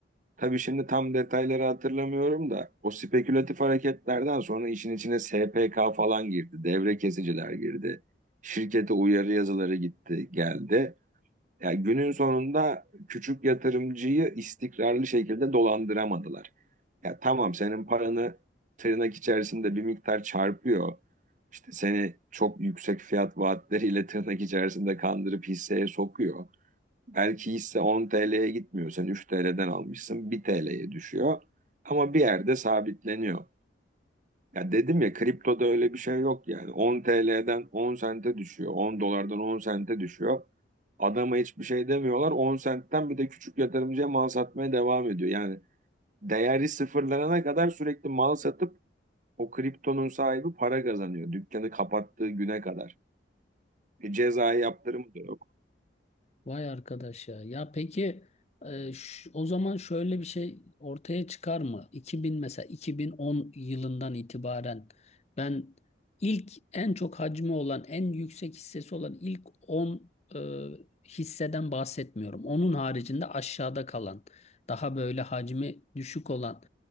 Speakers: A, on the right; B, on the left.
A: Tabii şimdi tam detayları hatırlamıyorum da o spekülatif hareketlerden sonra işin içine SPK falan girdi, devre kesiciler girdi, şirkete uyarı yazıları gitti, geldi. Yani günün sonunda küçük yatırımcıyı istikrarlı şekilde dolandıramadılar. Ya tamam senin paranı tırnak içerisinde bir miktar çarpıyor. İşte seni çok yüksek fiyat vaatleriyle tırnak içerisinde kandırıp hisseye sokuyor. Belki hisse 10 TL'ye gitmiyor. Sen 3 TL'den almışsın 1 TL'ye düşüyor. Ama bir yerde sabitleniyor. Ya dedim ya kriptoda öyle bir şey yok yani. 10 TL'den 10 sente düşüyor. 10 dolardan 10 sente düşüyor. Adama hiçbir şey demiyorlar. 10 sentten bir de küçük yatırımcıya mal satmaya devam ediyor. Yani değeri sıfırlanana kadar sürekli mal satıp o kriptonun sahibi para kazanıyor. Dükkanı kapattığı güne kadar. E, cezai yaptırımı da yok.
B: Vay arkadaş ya. Ya peki e, ş- o zaman şöyle bir şey ortaya çıkar mı? 2000 mesela 2010 yılından itibaren ben ilk en çok hacmi olan en yüksek hissesi olan ilk 10 e, hisseden bahsetmiyorum. Onun haricinde aşağıda kalan daha böyle hacmi düşük olan